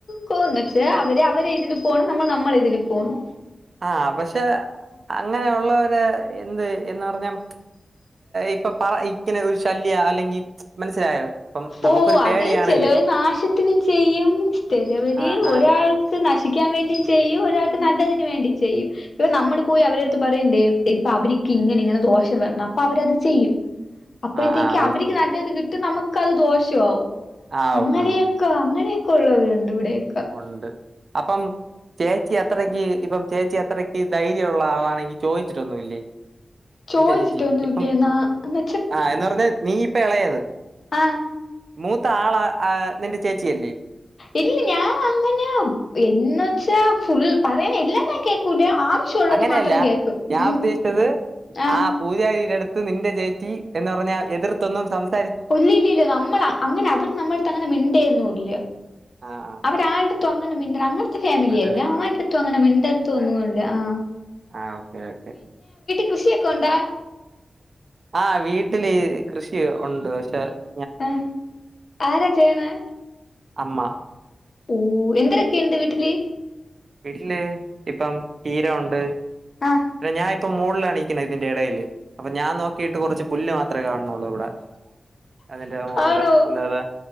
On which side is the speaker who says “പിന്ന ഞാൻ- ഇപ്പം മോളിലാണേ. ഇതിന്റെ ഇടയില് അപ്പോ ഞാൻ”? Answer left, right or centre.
Right